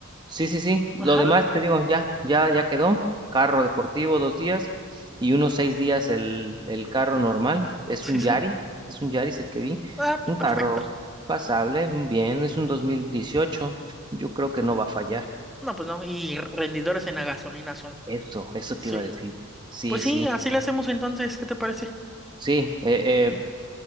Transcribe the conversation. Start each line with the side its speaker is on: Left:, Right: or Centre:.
Right: Sí, sí, sí. Lo
Centre: Ajá.
Right: demás te digo, ya, ya, ya quedó. Carro deportivo dos días y unos seis días el, el carro normal. Es
Centre: Sí,
Right: un
Centre: sí.
Right: Yaris, es un Yaris el que vi.
Centre: Ah, pues
Right: Un carro
Centre: perfecto.
Right: pasable, bien, es un 2018. Yo creo que no va a fallar.
Centre: No, pues no. Y rendidores en la gasolina son.
Right: Eso, eso te
Centre: Sí.
Right: iba a decir. Sí,
Centre: Pues
Right: sí,
Centre: sí, así le hacemos entonces, ¿qué te parece?
Right: sí. eh, eh,